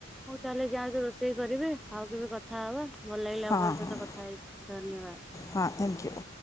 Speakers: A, in the centre; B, on the left.
A: ହଉ ତାହେଲେ ଯାଆନ୍ତୁ ରୋଷେଇ କରିବେ ଆଉ କେବେ କଥା ହେବା। ଭଲ ଲାଗିଲା
B: ହଁ
A: ଆପଣଙ୍କ
B: ହଁ
A: ସହିତ କ ଥା ହେଇକି ଧନ୍ୟବାଦ।
B: ହଁ ଆଙ୍ଗ୍ୟୁ।